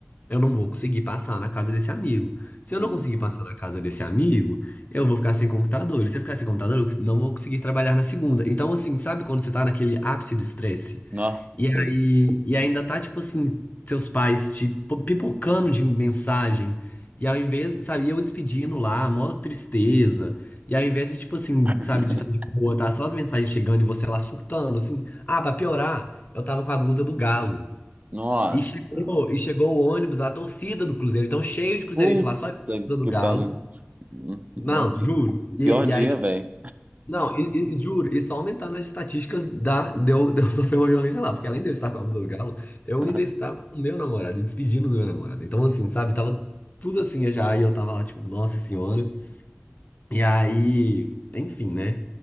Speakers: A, on the left; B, on the right.
A: eu não vou conseguir passar na casa desse amigo. Se
B: hum.
A: eu não conseguir passar na casa desse amigo, eu vou ficar sem computador. E se eu ficar sem computador, eu não vou conseguir trabalhar na segunda. Então, assim, sabe quando você tá naquele ápice do estresse?
B: Nossa,
A: E
B: sei.
A: aí, e ainda tá, tipo assim, seus pais te po- pipocando de mensagem. E ao invés, sabe, e eu despedindo lá, mó tristeza. E ao invés de, tipo assim,
B: <laughs>
A: sabe, de estar de boa, tá só as mensagens chegando e você lá surtando, assim. Ah, pra piorar, eu tava com a blusa do Galo.
B: Nossa,
A: E chegou, e chegou o ônibus, a torcida do Cruzeiro. Então, cheio de cruzeirense
B: puta
A: lá, só eu com a blusa do
B: que
A: Galo.
B: pariu. Hum,
A: Não,
B: No
A: juro.
B: pi-
A: E,
B: pior
A: e
B: dia,
A: aí, tipo,
B: velho.
A: não, e, e- juro, e só aumentaram as estatísticas da, de, eu, de eu <laughs> sofrer uma violência lá, porque além de eu estar com a blusa do galo, eu
B: <laughs>
A: ainda estava com o meu namorado e despedindo do meu namorado. Então, assim, sabe, tava tudo assim já, e eu tava lá, tipo, nossa senhora. E aí, enfim, né?